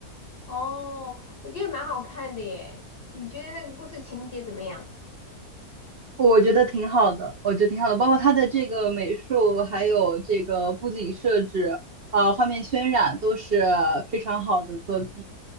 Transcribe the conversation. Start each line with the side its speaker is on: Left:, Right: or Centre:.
Left: 哦，我觉得蛮好看的耶。你觉得那个故事情节怎么样？
Right: 我觉得挺好的，我觉得挺好的，包括它的这个美术，还有这个布景设置，啊，画面渲染都是非常好的作品。